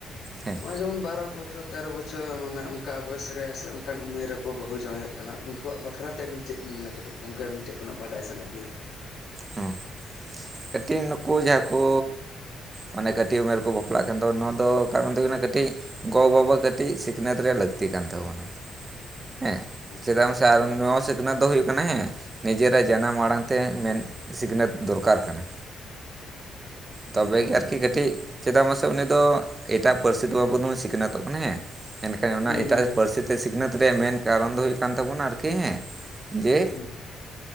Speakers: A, on the right (about 25°); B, on the left (about 60°).
A: ᱦᱮᱸ
B: ᱦᱚᱸᱜᱼᱚᱭ ᱡᱮᱢᱚᱱ ᱵᱟᱨᱚ ᱵᱚᱪᱷᱚᱨ ᱛᱮᱨᱚ ᱵᱚᱪᱷᱚᱨ ᱢᱟᱱᱮ ᱚᱱᱠᱟ ᱵᱚᱭᱮᱥ ᱨᱮᱼᱼ ᱥᱮ ᱚᱱᱠᱟᱱ ᱩᱢᱮᱨ ᱨᱮᱠᱚ ᱵᱟᱦᱩ ᱡᱟᱶᱟᱭᱚᱜ ᱠᱟᱱᱟ ᱩᱱᱠᱩᱣᱟᱜ ᱵᱟᱠᱷᱨᱟ ᱛᱮ ᱟᱵᱤᱱ ᱪᱮᱫ ᱵᱤᱱ ᱢᱮᱱᱟ ᱠᱟᱹᱴᱤᱡ ᱜᱚᱢᱠᱮ ᱟᱹᱵᱤᱱ ᱴᱷᱮᱱ ᱠᱷᱚᱱᱟᱜ ᱵᱟᱰᱟᱭ ᱥᱟᱱᱟᱭᱮᱫ ᱞᱤᱧᱟ? ᱦᱮᱸ
A: ᱦᱚᱸ ᱠᱟᱹᱴᱤᱡ ᱱᱩᱠᱩ ᱡᱟᱦᱟᱸ ᱠᱚᱼᱼ ᱢᱟᱱᱮ ᱠᱟᱹᱴᱤᱡ ᱩᱢᱮᱨ ᱠᱚ ᱵᱟᱯᱞᱟᱜ ᱠᱟᱱ ᱛᱟᱵᱚ ᱱᱚᱣᱟ ᱫᱚ ᱠᱟᱨᱚᱱ ᱫᱚ ᱦᱩᱭᱩᱜ ᱠᱟᱱᱟ ᱠᱟᱹᱴᱤᱡ ᱜᱚᱼᱵᱟᱵᱟ ᱠᱟᱴᱤᱡ ᱥᱤᱠᱷᱱᱟᱹᱛ ᱨᱮᱭᱟᱜ ᱞᱟᱠᱛᱤᱼᱼ ᱞᱟᱠᱛᱤ ᱠᱟᱱ ᱛᱟᱵᱚᱱᱟ ᱦᱮᱸ ᱪᱮᱫᱟᱜ
B: ᱦᱮᱸ
A: ᱢᱟᱥᱮ ᱟᱨ
B: ᱦᱮᱸ ᱦᱮᱸ
A: ᱱᱚᱣᱟ ᱥᱤᱠᱷᱱᱟᱹᱛ ᱫᱚ ᱦᱩᱭᱩᱜ ᱠᱟᱱᱟ ᱦᱮᱸᱼᱼ ᱱᱤᱡᱮᱨᱟᱜ ᱡᱟᱱᱟᱢ ᱟᱲᱟᱝ ᱛᱮ ᱢᱮᱱ ᱥᱤᱠᱷᱱᱟᱹᱛ ᱫᱚᱨᱠᱟᱨ ᱠᱟᱱᱟ᱾ ᱛᱚᱵᱮ
B: ᱦᱳᱭ
A: ᱜᱮᱼᱼ
B: ᱦᱳᱭ
A: ᱠᱟᱹᱴᱤᱡ ᱪᱮᱫᱟᱜ ᱢᱟᱥᱮ ᱩᱱᱤᱫ ᱫᱚ ᱮᱴᱟᱜ ᱯᱟᱹᱨᱥᱤ ᱫᱚ ᱵᱟᱵᱚᱱ ᱥᱤᱠᱷᱱᱟᱹᱛᱚᱜ ᱠᱟᱱᱟ ᱦᱮᱸᱼᱼ ᱢᱮᱱᱠᱷᱟᱱ ᱚᱱᱟ
B: ᱦᱩᱸ
A: ᱮᱴᱟᱜ
B: ᱦᱩᱸ
A: ᱯᱟᱹᱨᱥᱤ ᱛᱮ ᱥᱤᱠᱷᱱᱟᱹᱛ ᱨᱮᱭᱟᱜ ᱢᱮᱱ ᱠᱟᱨᱚᱱ ᱫᱚ ᱦᱩᱭᱩᱜ ᱠᱟᱱ ᱛᱟᱵᱚᱱᱟ ᱟᱨᱠᱤ ᱦᱮᱸ, ᱡᱮᱼᱼ
B: ᱦᱩᱸ ᱦᱩᱸ